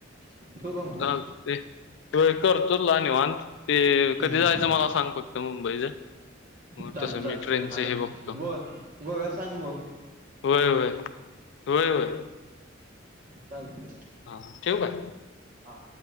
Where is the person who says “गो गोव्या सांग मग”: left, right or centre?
Right